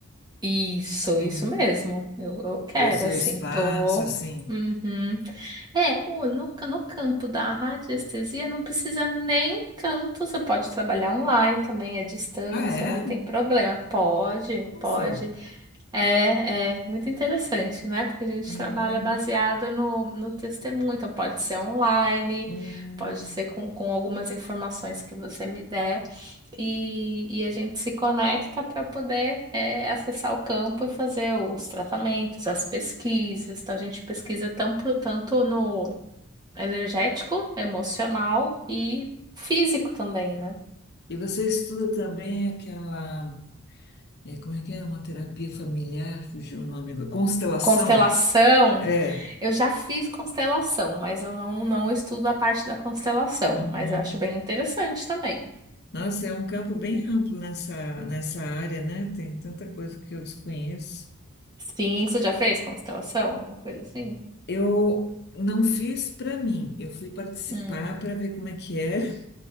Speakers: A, on the right (about 20°); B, on the left (about 50°).
A: Isso, isso
B: Uhum.
A: mesmo. Eu, eu quero,
B: Ter o seu
A: assim,
B: espaço,
A: tô.
B: assim.
A: Uhum. É, o- no, no campo da radiestesia não precisa nem tanto. Você pode trabalhar online também, à distância,
B: Ah, é?
A: não tem problema. Pode,
B: Nossa.
A: pode. É, é muito interessante, né? Porque a gente
B: Uhum,
A: trabalha baseada no, no testemunho, então pode ser online,
B: uhum.
A: pode ser com, com algumas informações que você me der, e, e a gente se conecta para poder é, acessar o campo e fazer os tratamentos, as pesquisas. Então a gente pesquisa tanto, tanto no energético, emocional e físico também, né?
B: E você estuda também aquela, é, como é que é? Uma terapia familiar, fugiu o nome agora. Constelação?
A: Constelação,
B: É.
A: eu já fiz constelação, mas eu não, não estudo a parte da constelação,
B: Uhum.
A: mas eu acho bem interessante também.
B: Nossa, é um campo bem
A: Sim.
B: amplo nessa, nessa área, né? Tem tanta coisa que eu desconheço.
A: Sim, você já fez constelação? Alguma coisa assim?
B: Eu não fiz para mim, eu fui participar
A: Hum.
B: para ver como é que era.